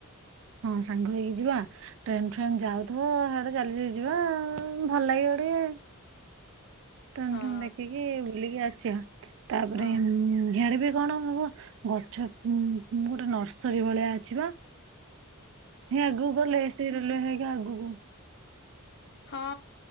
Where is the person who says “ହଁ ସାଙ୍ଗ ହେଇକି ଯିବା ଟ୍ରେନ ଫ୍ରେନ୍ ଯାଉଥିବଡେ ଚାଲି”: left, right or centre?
Right